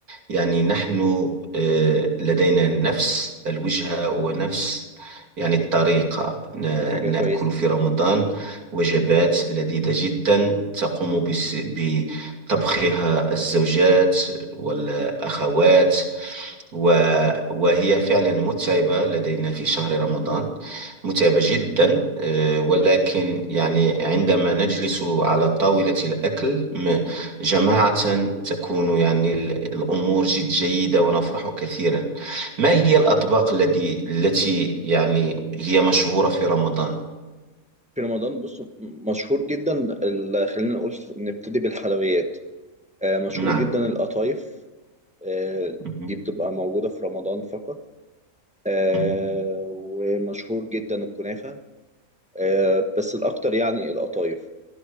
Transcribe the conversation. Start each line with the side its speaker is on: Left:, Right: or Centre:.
Right: يعني نحن آه، لدينا نفس الوجهة ونفس يعني الطريقة ن-
Centre: دي حاجة كويسة
Right: نأكل في رمضان وجبات لذيذة جدا تقوم بس- بطبخها الزوجات والأخوات و... وهي فعلا متعبة لدينا في شهر رمضان متعبة جدا آه، ولكن يعني عندما نجلس على طاولة الأكل م- جماعة تكون يعني ال- الأمور جد جيدة ونفرح كثيرا ما هي الأطباق التي التي يعني هي مشهورة في رمضان؟
Centre: في رمضان بص مشهور جدا ال... خلينا نقول نبتدي بالحلويات آه، مشهور
Right: نعم
Centre: جدا القطايف آه،
Right: مهم.
Centre: دي بتبقى موجودة في رمضان فقط آه،
Right: مهم.
Centre: ومشهور جدا الكنافة آه، بس الأكتر يعني القطايف